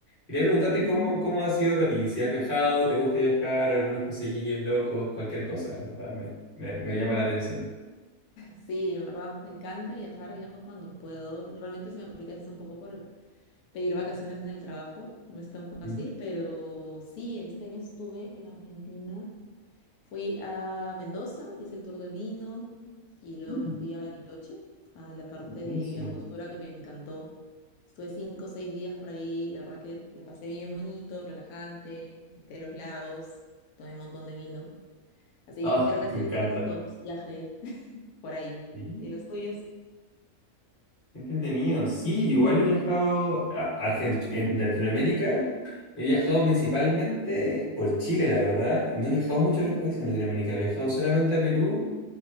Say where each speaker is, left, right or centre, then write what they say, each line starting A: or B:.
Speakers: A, on the left; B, on the left.
A: Quería preguntarte
B: ujú.
A: cómo, cómo ha sido para ti, si has viajado, te gusta viajar, algunos consejillos locos, cualquier cosa, en ¿verdad? Me, me, me llama la atención.
B: Sí, en verdad me encanta viajar, viajo cuando puedo. Realmente se me complica a veces un poco por el- pedir vacaciones en el trabajo, no es tan fácil,
A: Ujú.
B: pero sí, este año estuve en Argentina, fui a Mendoza, hice el tour del vino y luego
A: Mm,
B: me fui a Bariloche, a la parte
A: Buenísimo.
B: de Villangostura que me encantó. Estuve cinco o seis días por ahí, la verdad que la pasé bien bonito, relajante, visité los lagos, tomé un montón de vino. Así
A: Ah,
B: que creo que ha
A: me
B: sido
A: encanta.
B: uno de mis tops viajes por ahí.
A: Sí,
B: ¿Y los tuyos?
A: qué entretenido. Sí, igual he viajado a Argent- en Latinoamérica. He viajado principalmente por Chile, la verdad. No he viajado mucho
B: Ujú,
A: a otros países en Latinoamérica. He viajado solamente a Perú,